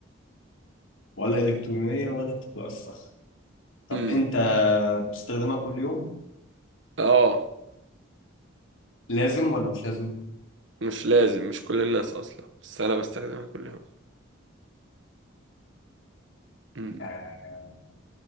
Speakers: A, on the left; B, on the right.
A: ولا إلكترونية ولا بتتوسخ طب
B: امم
A: أنت بتستخدمها كل يوم
B: اه
A: لازم ولا مش لازم؟
B: مش لازم مش كل الناس اصلا بس انا بستخدمها كل يوم مم.
A: اه